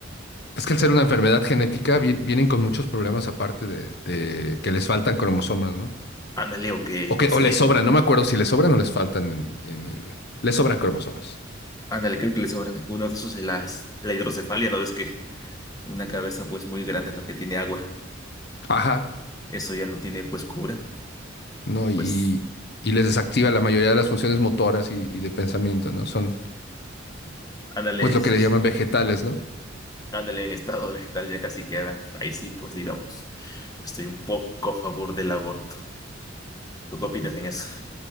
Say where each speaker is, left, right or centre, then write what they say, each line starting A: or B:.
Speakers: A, on the left; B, on the left.
A: Es que al ser una enfermedad genética vien- vienen con muchos problemas aparte de, de que les faltan cromosomas, ¿no?
B: ándale, o que,
A: O que,
B: no sé,
A: o les sobran, no me acuerdo si les sobran o les faltan en, en el. Les sobran cromosomas.
B: ándale, creo que les sobran, uno de esos es las, la hidrocefalia, ¿no ves que una cabeza pues muy grande, ¿no? Que tiene agua.
A: Ajá,
B: Eso ya no tiene pues cura.
A: ¿no?
B: Y pues
A: Y, y les desactiva la mayoría de las funciones motoras y, y de pensamiento, ¿no? Son,
B: ándale,
A: pues, lo
B: sí,
A: que le
B: sí,
A: llaman vegetales, ¿no?
B: ándale en estado vegetal ya casi queda. Ahí sí, pues digamos, pues, estoy un poco a favor del aborto. ¿Tú qué opinas en eso?